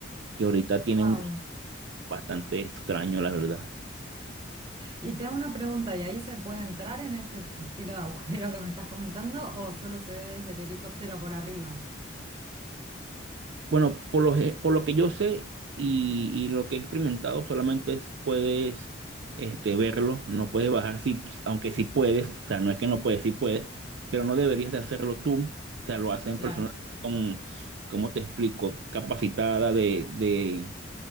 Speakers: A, on the right; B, on the right.
A: que ahorita tienen
B: Wow.
A: un bastante extraño, la verdad.
B: Y te hago una pregunta, ¿y ahí se puede entrar en ese estilo de agujero que me estás comentando o solo se ve desde el helicóptero por arriba?
A: Bueno, por lo, ge- por lo que yo sé y, y lo que he experimentado, solamente es- puedes este, verlo, no puedes bajar, sí, aunque sí puedes, o sea, no es que no puedes, sí puedes, pero no deberías de hacerlo tú, o sea, lo hacen
B: Claro.
A: personas con, ¿cómo te explico? Capacitada de,